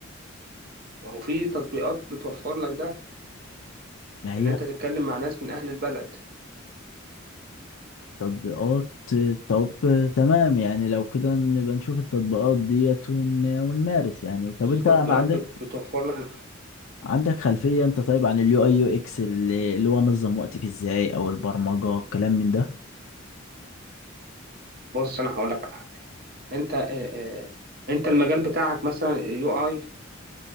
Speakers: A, on the right; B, on the left.
A: وهو في تطبيقات بتوفر لك ده
B: ما هي
A: ان انت تتكلم مع ناس من اهل البلد
B: تطبيقات طب تمام يعني لو كده نبقى نشوف التطبيقات ديت ون... ونمارس يعني طب
A: في
B: انت
A: تطبيقات
B: ما عندك
A: بت- بتوفر لك
B: عندك خلفية انت طيب عن اليو اي يو اكس اللي اللي هو انظم وقتي فيه ازاي او البرمجة الكلام من ده
A: بص انا هقول لك على حاجه انت آه، آه، انت المجال بتاعك مثلا يو اي